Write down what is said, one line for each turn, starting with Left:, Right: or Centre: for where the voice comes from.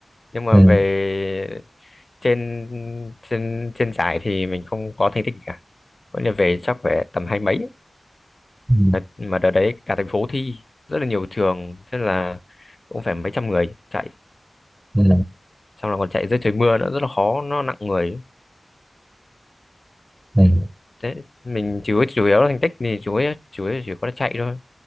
Left: nhưng mà
Right: ừ,
Left: về trên trên trên giải thì mình không có thành tích cả Vậy là về chắc phải tầm hai mấy
Right: ừ,
Left: mà, mà đợt đấy cả thành phố thi rất là nhiều trường thế là cũng phải mấy trăm người chạy
Right: ừ,
Left: xong là còn chạy dưới trời mưa nữa rất là khó nó nặng người
Right: ừ, ừ.
Left: Thế mình chủ chủ yếu là thành tích thì chủ yếu chủ yếu chỉ có là chạy thôi.